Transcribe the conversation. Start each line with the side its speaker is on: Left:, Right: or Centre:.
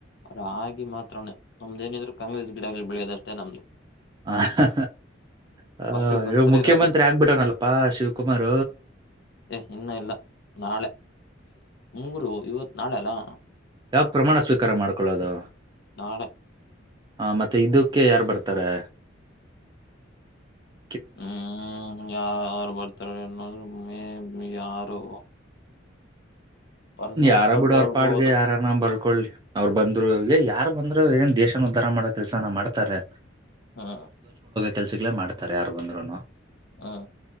Left: ರಾಗಿ ಮಾತ್ರನೇ ನಮ್ದೇನಿದ್ರು ಕಾಂಗ್ರೆಸ್ ಗಿಡಗಳು ಬೆಳೆಯೋದಷ್ಟೇ ನಮ್ದು
Right: ಹ ಹಾ
Left: ವರ್ಷಕ್ಕ ಒಂದ್ಸರಿ
Right: ಇವಾಗ ಮುಖ್ಯಮಂತ್ರಿ
Left: ರಾಗಿ
Right: ಆಗ್ಬಿಟನಲ್ಲಪಾ ಶಿವಕುಮಾರ
Left: ಏ್ ಇನ್ನ ಇಲ್ಲ ನಾಳೆ ಮೂರು ಇವತ್ ನಾಳೆ ಅಲ್ಲಾ
Right: ಯಾವಕ್ ಪ್ರಮಾಣ ಸ್ವೀಕಾರ ಮಾಡ್ಕೊಳ್ಳೋದು
Left: ನಾಳೆ
Right: ಆ ಮತ್ತೆ ಇದಕ್ಕೆ ಯಾರ್ ಬರ್ತಾರೆ ತಾರೇ
Left: ಹ್ಮ್ ಯಾರು ಬರ್ತಾರೆನ್ನ ಮೇಬಿ ಯಾರು ಪರಮೇಶ್ವರ್
Right: ಯಾರ ಬಿಡ
Left: ಬರ್ಬೋದು
Right: ಅವ್ರ ಪಾಡ್ಗೆ ಯಾರ ನ ಬರ್ಕೊಳ್ಳಿ ಅವ್ರರು ಬಂದ ಇದ ರೊಳಗೆ ಯಾರು ಬಂದ್ರು ಏನ್ ದೇಶನ ಉದ್ಧಾರ ಮಾಡೋ ಕೆಲ್ಸನ ಮಾಡ್ತಾರೆ
Left: ಹಾ
Right: ಕೆಲ್ಸಗಳೇ ಮಾಡ್ತಾರೆ ಯಾರು ಬಂದ್ರುನು
Left: ಹ